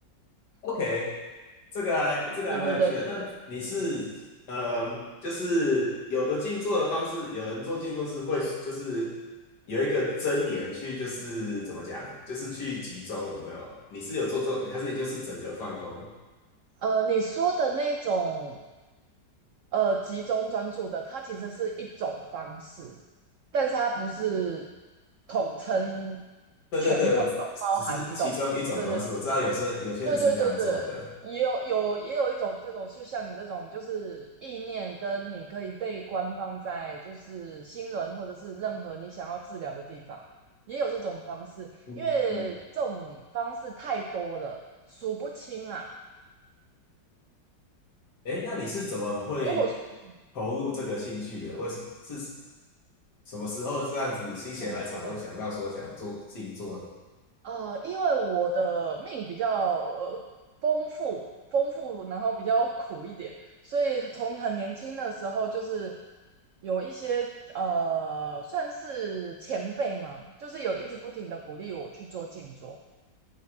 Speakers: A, on the left; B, on the right.
A: OK，这个还这个还蛮有趣的。
B: 对对对，
A: 那你是嗯，就是有的静坐的方式，有人做静坐是会就是有一个真言去，就是怎么讲，就是去集中，有没有？你是有做做，还是你就是整个放空？
B: 呃，你说的那种呃集中专注的，它其实是一种方式，但是它不是统称
A: 对对对，
B: 全部都包含，
A: 我只是其中一种方式。
B: 你懂吗对对
A: 我知道有时候有些人是这样做的。
B: 对对对对，也有有也有一种这种，就像你这种，就是意念跟你可以被官方在就是新闻或者是任何你想要治疗的地方，也有这种方式，
A: 嗯嗯。
B: 因为这种方式太多了，数不清啊。
A: 诶，那你是怎么会
B: 如果说你
A: 投入这个兴趣的？为什么是什么时候这样子心血来潮会想到说想做静坐？
B: 有兴趣的。呃，因为我的命比较呃丰富，丰富，然后比较苦一点，所以从很年轻的时候就是有一些呃，算是前辈嘛，就是有一直不停的鼓励我去做静坐，